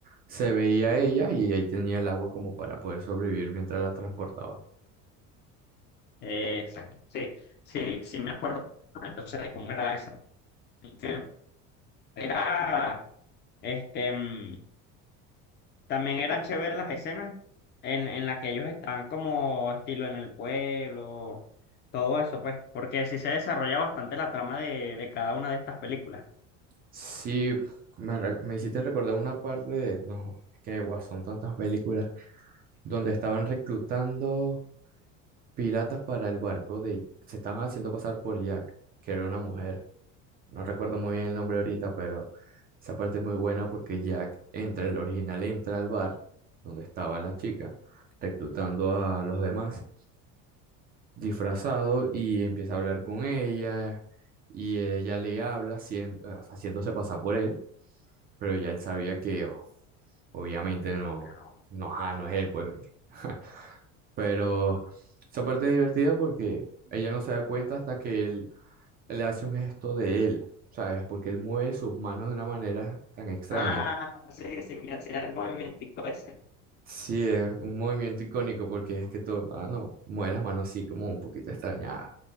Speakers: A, on the right; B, on the left.
A: Se veía ella y ahí tenía el agua como para poder sobrevivir mientras la transportaba.
B: Eh, exacto. Sí, sí, sí me acuerdo. Entonces, de cómo era esa. Que Era, este, mm, también eran chéveres las escenas en, en las que ellos están como estilo en el pueblo, todo eso, pues, porque sí se desarrolla bastante la trama de, de cada una de estas películas.
A: Sí, me, re- me hiciste recordar una parte de, no, es que guau, son tantas películas, donde estaban reclutando piratas para el barco de, se estaban haciendo pasar por Jack, que era una mujer. No recuerdo muy bien el nombre ahorita, pero esa parte es muy buena porque Jack entra, el original entra al bar donde estaba la chica, reclutando a los demás, disfrazado y empieza a hablar con ella y ella le habla hacien- haciéndose pasar por él, pero ya él sabía que o- obviamente
B: Obviamente,
A: no,
B: no,
A: no, ajá, no es él, pues. <laughs> Pero esa parte es divertida porque ella no se
B: pero-
A: da cuenta hasta que él le hace un gesto de él, ¿sabes? Porque él mueve sus manos de una manera tan extraña.
B: Ah, sí, sí, que hacía el movimiento ese.
A: Sí, es un movimiento icónico porque es que todo, ah, no, mueve las manos así como un poquito extraña.